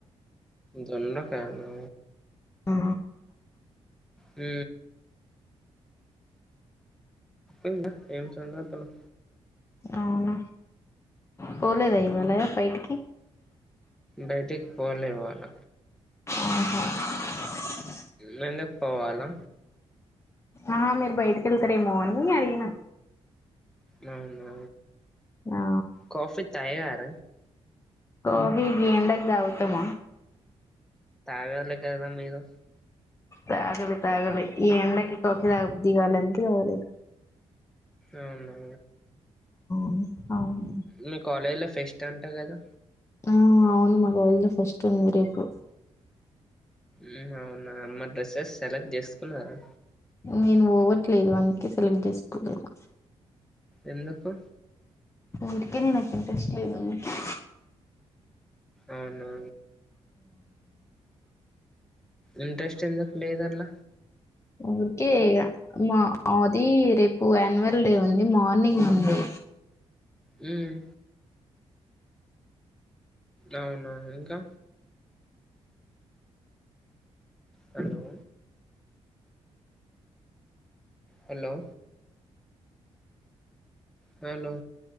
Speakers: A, in the centre; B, on the left.
A: జొన్న ఫానా?
B: ఆ
A: హు ఇంగ ఏం సంగతులు
B: అవున పోలేద ఇవాల బైటికి
A: బయిటికి పోలె ఇవాల
B: ఆహ
A: నేనే పోవాలా
B: ఆ మీరు బయటికి వెళ్తారేమో అని అడిగిన
A: నవునా
B: ఆ
A: కాఫీ తాగార
B: కాఫీ గీ ఎండకి తాగుతామ
A: తాగాలి కదా మీరు
B: తాగలి తాగలి ఈ ఎండకి కాఫి తాగబుద్ధి కాలె అందుకె తాగలే
A: అవునా
B: ఉ అవును
A: మీ కాలేజ్ లో ఫెస్ట్ అంట కదా?
B: ఆ అవును మా కాలేజీలో ఫెస్ట్ ఉంది రేపు.
A: మ్మ్ అవునా మరి డ్రెస్సెస్ సెలెక్ట్ చేసుకున్నరా?
B: నేను వోవట్లేదు అందుకే సెలెక్ట్ చేసుకోలేదు.
A: ఎందుకు?
B: ఊరికెనే నాకు ఇంట్రెస్ట్ లేదు అందుకే.
A: అవునా ఇంట్రెస్ట్ ఎందుకు లేదట్ల
B: ఊర్కె ఇగ మా అదీ రేపు అన్యువల్ డే ఉంది మార్నింగ్ ఉంది.
A: మ్మ్ అవునా ఇంకా హలో హలో హలో